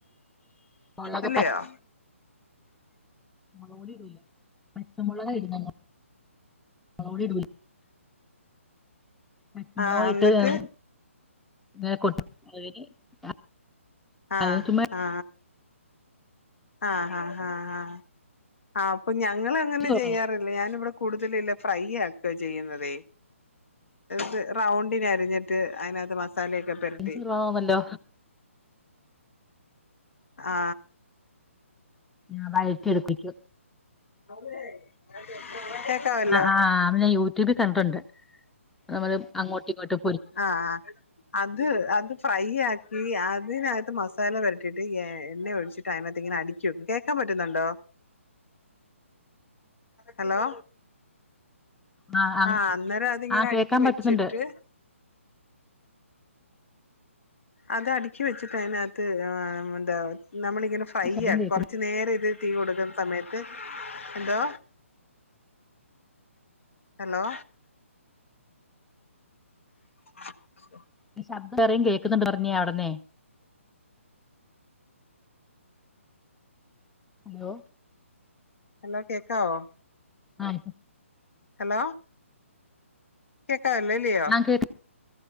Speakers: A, in the centre; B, on the left.
A: മുളക്
B: അല്ലയോ
A: മൊളക് പൊടി ഇടൂല പച്ച മുളക ഇടുന്നദ് <unintelligible> <unintelligible>
B: ആഹ് എന്നിട്ട്
A: <unintelligible>
B: ആ
A: അതിന് ചുമ്മാ
B: ആ ആ ആ ആ ആ അപ്പൊ ഞങ്ങ അങ്ങനെ
A: ഇഞ്ചി കുറവാണ്.
B: ചെയ്യാറില്ല ഞാന ഇവിടെ കൂടുതല ഫ്രൈ ആക്ക ചെയ്യുന്നതേ ത് റൗണ്ടിന അരിഞ്ഞിട്ട് അതിനകത്ത് മസാലയൊക്കെ പരട്ടി
A: ഇഞ്ചി കുറവാണല്ലോ
B: ആ
A: ഞാ വയറ്റ എടുപ്പിച്ചു
B: <unintelligible> കേക്കാവല്ലോ
A: ആ ആ് അമ്മ ഞൻ യൂട്യൂബിൽ കന്നിട്ടുണ്ട് നമ്മള് അങ്ങോട്ടും ഇങ്ങോട്ട്
B: ആഅത് അത് ഫ്രൈ ആക്കി ഇതിനകത്ത് മസാല വരട്ടിട്ട് എണ്ണ ഒടിച്ചിട്ട് അതിനതിനകത്ത് ഇങ്ങനെ അടുക്കി വെക്കും കേക്കാൻ പറ്റുന്നുണ്ടോ ഹലോ
A: ആഹ് അങ്ങ്
B: ആ അന്നേരം അതിങ്ങനെ
A: ആഹ്
B: അടുക്ക്ി
A: കേക്കാൻ
B: വെച്ചിട്ട്
A: പറ്റുന്നുണ്ട്
B: അത് അടുക്കി വെച്ചിട്ട അതിനകത്ത് എന്താ നമ്മളിങ്ങനെ ഫ്രൈ
A: ശബ്ദം
B: ചെയ്യാം
A: കേക്കുന്നു
B: കുറച്ചു നേരം ഇത് തീ കൊടുക്കുന്ന സമയത്ത് എന്തോ ഹലോ <unintelligible>
A: ശബ്ദം കേറയും കേക്കുന്നുണ്ട് പറഞ്ഞ അവിടന്നെ ഹലോ
B: ഹലോ കേക്കാവോ
A: ആ
B: ഹലോ <unintelligible>
A: ആഹ് കേക്ക